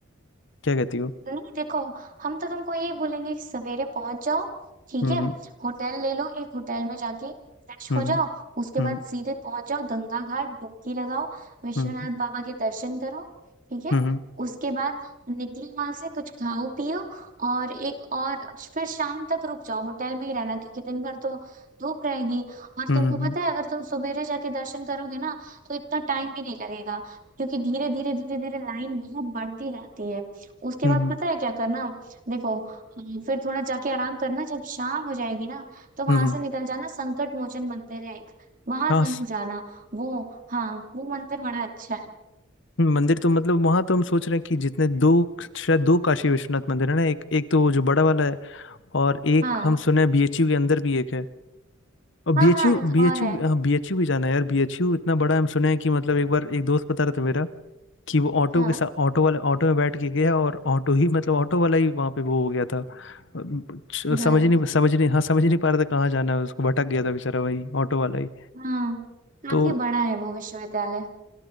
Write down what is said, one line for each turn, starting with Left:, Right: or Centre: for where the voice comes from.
Left: क्या कहती हो
Right: नहीं देखो हम तो तुमको ये बोलेंगे कि सवेरे पहुंच जाओ ठीक
Left: हम्म
Right: है होटल ले लो एक होटल में जाके फ्रेश
Left: हम्म
Right: हो जाओ उसके
Left: हम्म
Right: बाद सीधे पहुंच जाओ गंगा घाट डुबकी लगाओ विश्वनाथ
Left: हम्म
Right: बाबा के दर्शन करो ठीक है
Left: हम्म हम्म
Right: उसके बाद निकलो वहां से कुछ खाओ पियो और एक और फिर शाम तक रुक जाओ होटल में ही रहना क्योंकि दिन भर तो धूप रहेगी और
Left: हम्म
Right: तुमको
Left: हम्म हम्म
Right: पता है अगर तुम सवेरे जाके दर्शन करोगे ना तो इतना टाइम भी नहीं लगेगा क्योंकि धीरे धीरे धीरे धीरे लाइन बहुत बढ़ती रहती है उसके
Left: हम्म
Right: बाद पता है क्या करना देखो हम्म, फिर थोड़ा जाके आराम करना जब शाम हो जाएगी ना तो वहां
Left: हम्म, हम्म,
Right: से निकल जाना संकट मोचन मंदिर है एक वहां
Left: हाँ
Right: जरूर जाना वो हाँ वो मंदिर बड़ा अच्छा है
Left: हम्म, मंदिर तो मतलब वहां तो हम सोच रहे हैं कि जितने दो शायद दो काशी विश्वनाथ मंदिर है ना एक एक तो वो जो बड़ा वाला है और एक
Right: हाँ
Left: हम सुने हैं बीएचयू के अंदर भी एक है और बीएचयू
Right: हाँ हाँ एक
Left: बीएचयू
Right: और है
Left: हाँ बीएचयू भी जाना है यार बीएचयू इतना बड़ा है, हम सुने हैं कि मतलब एक बार एक दोस्त बता रहा था मेरा कि वो ऑटो
Right: हाँ
Left: के साथ ऑटो वाले ऑटो में बैठ के गया और ऑटो ही मतलब ऑटो वाला ही वहां पे वो हो गया था अ, समझ
Right: गायब
Left: ही नहीं समझ ही नहीं हाँ समझ ही नहीं पा रहा था कहाँ जाना है उसको भटक गया था बेचारा वही ऑटो वाला ही
Right: हाँ काफी
Left: तो
Right: बड़ा है वो विश्वविद्यालय